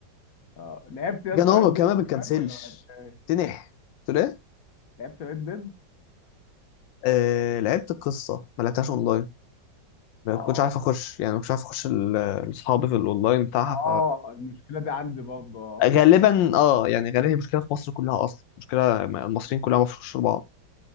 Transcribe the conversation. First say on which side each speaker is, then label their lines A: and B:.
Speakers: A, on the left; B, on the left.
A: اه لعبت يا
B: كان
A: اسطى
B: هو
A: ريد
B: كمان
A: ديد
B: ما بتكنسلش
A: كمان ولا ما لعبتهاش؟
B: تنح قلت له ايه
A: لعبت ريد ديد
B: آه، لعبت القصة ما لعبتهاش اونلاين ما
A: اه
B: كنتش عارف اخش يعني ما كنتش عارف اخش ال- الاصحاب في الاونلاين بتاعها
A: اه المشكله دي عندي برضه اه
B: فغالبا اه يعني غالبا هي مشكله في مصر كلها اصلا مشكله م- المصريين كلها ما بيعرفوش بعض